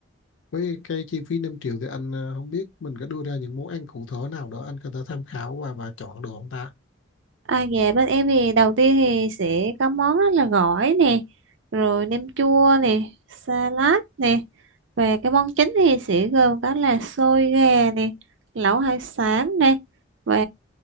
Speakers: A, on the left (about 70°); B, on the right (about 65°).
A: với cái chi phí 5 triệu thì anh ờ, không biết mình có đưa ra những món ăn cụ thể nào đó anh có thể tham khảo và và chọn được không ta
B: À dạ bên em thì đầu tiên thì sẽ có món đó là gỏi nè, rồi nem chua nè, salad nè. Và cái món chính thì sẽ gồm có là xôi gà nè, lẩu hải sản nè và